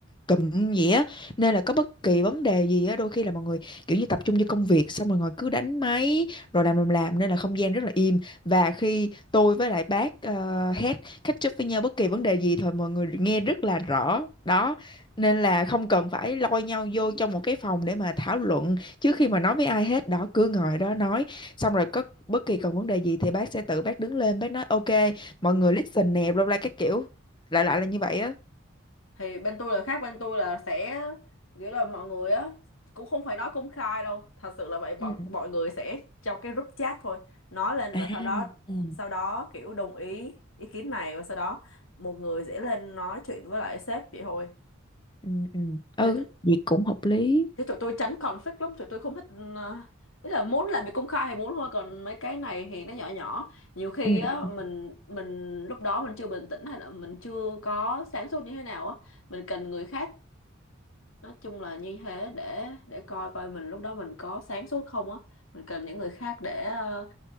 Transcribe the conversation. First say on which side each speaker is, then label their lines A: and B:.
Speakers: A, on the left; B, on the left.
A: cụm vậy á nên là có bất kỳ vấn đề gì á đôi khi là mọi người kiểu như tập trung vô công việc xong rồi ngồi cứ đánh máy rồi làm làm làm nên là không gian rất là im và khi tôi với lại bác uh, catch up với nhau bất kỳ vấn đề gì thôi mọi người nghe rất là rõ đó nên là không cần phải lôi nhau vô trong một cái phòng để mà thảo luận trước khi mà nói với ai hết đó cứ ngồi đó nói xong rồi có bất kỳ còn vấn đề gì thì bác sẽ tự bác đứng lên bác nói ok mọi người listen nè bla bla các kiểu lại lại là như vậy á
B: thì bên tôi là khác bên tôi là sẽ kiểu là mọi người á cũng không phải nói công khai đâu thật sự là vậy bọn
A: ừ
B: mọi người sẽ trong cái group chat thôi nói lên
A: À,
B: và sau đó
A: ừ
B: sau đó kiểu đồng ý ý kiến này và sau đó một người sẽ lên nói chuyện với lại sếp vậy thôi
A: ừ ừ, Ừ,
B: chứ tụi,
A: vậy cũng hợp lý
B: chứ tụi tôi tránh conflict lắm tụi tôi không thích ờ, ý là muốn làm việc công khai thì muốn thôi còn mấy cái này thì nó nhỏ nhỏ nhiều khi
A: ừ
B: á
A: ừ
B: mình mình lúc đó mình chưa bình tĩnh hay là mình chưa có sáng suốt như thế nào á mình cần người khác nói chung là như thế để để coi coi mình lúc đó mình có sáng suốt không á mình cần những người khác để ờ,